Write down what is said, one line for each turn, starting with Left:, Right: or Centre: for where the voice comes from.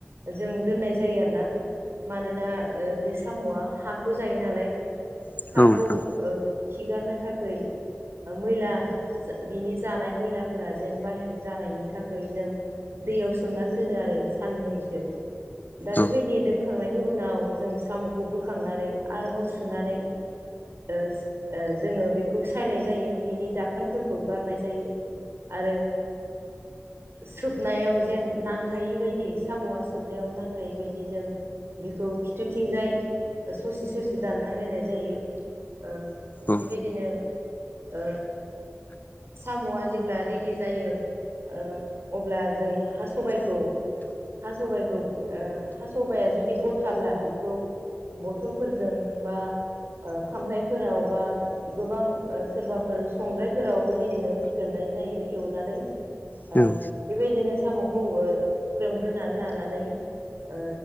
Right: जों दोननाय जायो आरो ना मानोना ओ बे साम'आ हाखौ जायो नालाय
Left: औ
Right: हाखौ खिगारनो थाखै मैला जा बिनि जानाय मैलाफोरा जेन बाहेर जानायनि थाखाय जों दैयाव सोमनानै दोनो आरो साननैसो दा बेबायदि
Left: औ
Right: दोनखांनायनि उनाव जों साम'खौ बोखांनानै आरोबाव सुनानै ओस ओ जोङो बेखौ सायनाय जायो बिनि दाखोनफोरखौ गारनाय जायो आरो सोबनायाव जेन नांथायै बायदि साम'आ सोब नायाव नांथाय बायदि जों बेखौ खिथुथिंजाय ससे ससे दानना होनाय जायो ओ
Left: औ
Right: बेबायदिनो ओ साम'आ जेब्ला रेडि जायो ओ अब्ला जों हा सबाइखौ सबाइखौ ओ हासबाइआ जुदि गथाब्ला बेखौ बथलफोरजों बा ओ खामफ्लायफोराव बा गोबां ओ सोरबाफोर संग्रायफोराव बेबायदिनो हुख्रेमनाय जायो एवनानै
Left: अ
Right: ओ
Left: हागोन
Right: बेबायदिनो साम'खौ ओ हुग्रेमग्रोनानै ला नानै ओ